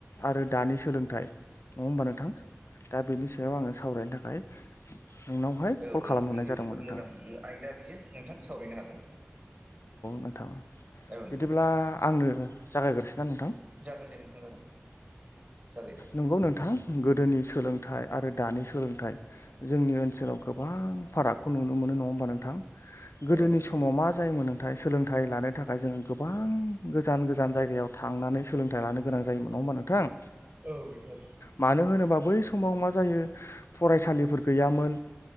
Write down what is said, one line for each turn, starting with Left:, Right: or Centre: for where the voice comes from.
Left: आरो दानि सोलोंथाइ नङा होमबा नोंथां दा बेनि सायाव आङो सावरायनो थाखाय नोंनावहाय
Right: औ
Left: कल खालामहरनाय
Right: नोंथां बेयो
Left: जादोंमोन
Right: जोबोद
Left: नोंथां
Right: मोजां आयदा बियो नोंथां सावरायनो हागोन।
Left: नोंथाङा
Right: औ नोंथां
Left: बिदिब्ला आंनो जागायग्रोसै औ
Right: जागोन दे नोंथां जागोन जागायदो
Left: नंगौ नोंथां गोदनि सोलोंथाइ आरो दानि सोलोंथाइ जोंनि ओनसोलाव गोबां फारागखौ नुनो मोनो नङा होमबा नोंथां गोदोनि
Right: औ नोंथां
Left: समाव मा जायोमोन नोंथां सोलोंथाइ लानो थाखाय जोङो गोबां गोजान गोजान जायगायाव थांनानै सोलोंथाइ लानो गोनां जायोम नङा होमबा नोंथां।
Right: औ बेथ'
Left: मानो होनोबा बै समाव मा जायो फरायसालिफोर गैयामोन।